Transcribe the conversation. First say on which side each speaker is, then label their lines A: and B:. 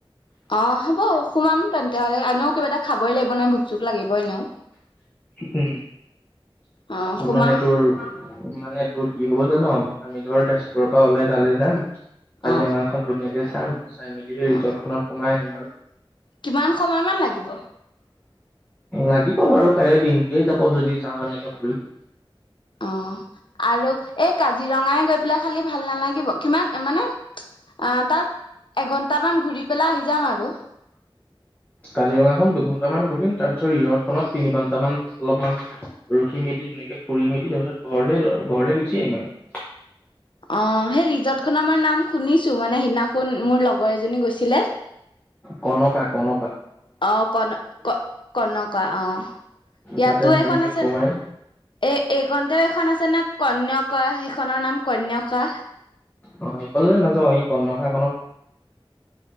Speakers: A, on the left; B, on the left.
A: অ' হ'ব সুমাম। তেন্তে হলে আনেও কিবা এটা খাবই লাগিব নাই ভোক চোক লাগিবই এনেও
B: উম
A: অ', সোমাম।
B: মানে তোৰ মানে তোৰ কি হ'ব জান আমি ধৰ তেজপুৰৰ পৰা ওলাই তালে যাম। কাজিৰঙাখন
A: অ
B: ধুনীয়া <inaudible> চাই মেলি সেই
A: অ
B: ৰিজৰ্টখন সোমাই আহিম আৰু।
A: কিমান সময় মান লাগিব?
B: লাগিব বাৰু কাইলৈ দিনটোৱে যাব যদি যাওঁ এনেকে ফুৰিব।
A: অ', আৰু এই কাজিৰঙাই গৈ পেলাই খালি ভাল নালাগিব, কিমান মানে অঁ', তাত এঘন্টামান ঘূৰি পেলাই আহি যাম আৰ। <inaudible>
B: কাজিৰঙা খন দুঘন্টামান গ়িম তাৰ পিছত ৰিহৰ্ট খনত তিনি ঘন্টামান অলপমান ৰখি মেলি ধুনেকে পু মেলি তাৰপিছত ঘৰলে ঘৰলৈ গুচি আহম আৰু <inaudible>
A: অ', সেই ৰিজৰ্ট খনৰ নাম শুনিছো মানে সিদিনাখন মোৰ লগৰ এজনী গৈছিলে
B: কনকা কন
A: অ', কন ক কনকা অ ইয়াতো
B: তাতে ধুনীয়াকে
A: এখন আছে
B: সোমাই
A: এই এইখনতেও এখন আছে নে কন্য কোৱা সিখনৰ নাম কন্যকা
B: অ', সেই কলে নাযাওঁ এই কনকাখন